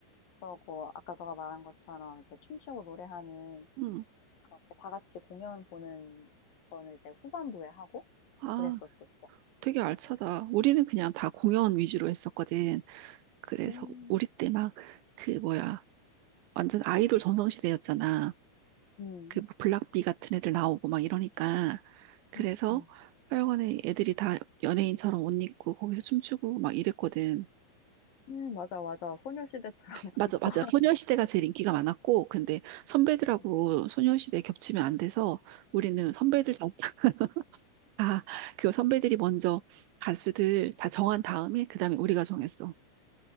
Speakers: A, on the left (about 50°); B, on the right (about 80°).
A: 그러고 아까 너가 말한 것처럼 이제 춤추고 노래하는
B: 응.
A: 그렇게 다 같이 공연 보는 거는 이제 후반부에 하고
B: 아,
A: 그랬었었어.
B: 되게 알차다. 우리는 그냥 다 공연 위주로 했었거든. 그래서
A: 음.
B: 우리 때 막 그 뭐야. 완전 아이돌 전성시대였잖아.
A: 음.
B: 그 뭐 블락비 같은 애들 나오고 막 이러니까 그래서
A: 음. 음.
B: 하여간에 애들이 다 연예인처럼 옷 입고 거기서 춤추고 막 이랬거든.
A: 음 맞아, 맞아. 소녀시대처럼 막
B: 맞아,
A: 입고.
B: 맞아. 소녀시대가 제일 인기가 많았고 근데 선배들하고
A: <laughs>
B: 소녀시대 겹치면 안 돼서 우리는 선배들 다, <laughs> 아, 그 선배들이 먼저 가수들 다 정한 다음에 그다음에 우리가 정했어.